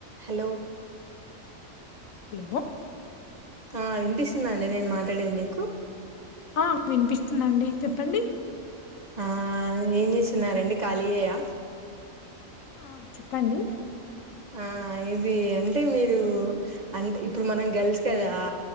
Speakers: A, on the right; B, on the left.
A: Hello
B: hello
A: ఆ వినిపిస్తుందా అండి నేను మాట్లాడేది మీకు
B: ఆ వినిపిస్తుందండి చెప్పండి
A: ఆ ఏం చేస్తున్నారండి ఖాళీయేయా
B: ఆ చెప్పండి
A: ఆ ఇది అంటే మీరు అంటే ఇప్పుడు మనం గర్ల్స్ కదా